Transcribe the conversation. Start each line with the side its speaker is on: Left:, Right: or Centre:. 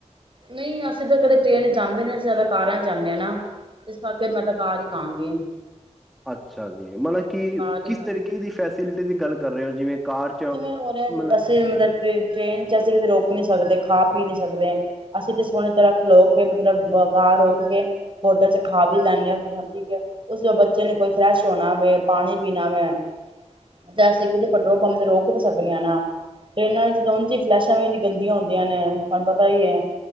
Right: ਨਹੀਂ ਅਸੀਂ ਤੇ ਕਦੇ ਟ੍ਰੇਨ 'ਚ ਜਾਂਦੇ ਨਹੀ ਅਸੀਂ ਜਿਆਦਾ ਕਾਰਾਂ 'ਚ ਜਾਨੇ ਆ ਨਾ। ਇਸ ਕਰਕੇ ਮੈਂ ਤਾਂ ਕਾਰ ਹੀ ਕਹਾਂਗੀ।
Centre: ਅੱਛਾ ਜੀ ਮਤਲਬ ਕਿ
Right: ਕਾਰ
Centre: ਕਿਸ
Right: ਹੀ
Centre: ਤਰੀਕੇ ਦੀ ਫੈਸਿਲ ਟੀ ਦੀ ਗੱਲ ਕਰ ਰਹੇ ਹੋ ਜਿਵੇਂ ਕਾਰ 'ਚ
Right: ਕਿਵੇਂ ਹੋ ਰਿਹਾ
Centre: ਮਤਲਬ
Right: ਅਸੀਂ ਮਤਲਬ ਟ੍ਰੇਨ ਟ੍ਰੇਨ 'ਚ ਅਸੀਂ ਕਿਤੇ ਰੋਕ ਨੀ ਸਕਦੇ ਖਾ ਪੀ ਨੀ ਸਕਦੇ। ਅਸੀਂ ਤੇ ਸੋਹਣੀ ਤਰ੍ਹਾਂ ਖਲੋ ਕੇ ਮਤਲਬ ਕਾਰ ਰੋਕ ਕੇ ਹੋਟਲ ਚ ਖਾ ਵੀ ਲੈਂਨੇ ਆ ਠੀਕ ਹੈ ਉਸ ਬੱਚੇ ਨੂੰ ਕੋਈ ਫਰੈਸ਼ ਹੋਣਾ ਹੋਵੇ, ਪਾਣੀ ਪੀਣਾ ਹੋਵੇ ਤੇ ਅਸੀਂ ਕਿਤੇ ਪੈਟਰੋਲ ਪੰਪ ਤੇ ਰੋਕ ਤਾਂ ਸਕਦੇ ਏ ਨਾ। ਟਰੇਨਾਂ ਵਿੱਚ ਤਾਂ ਉਂਝ ਵੀ ਫਲੈਸ਼ਾਂ ਵੀ ਇੰਨੀਆ ਗੰਦੀਆਂ ਹੁੰਦੀਆਂ ਨੇ ਤੁਹਾਨੂੰ ਪਤਾ ਹੀ ਹੈ।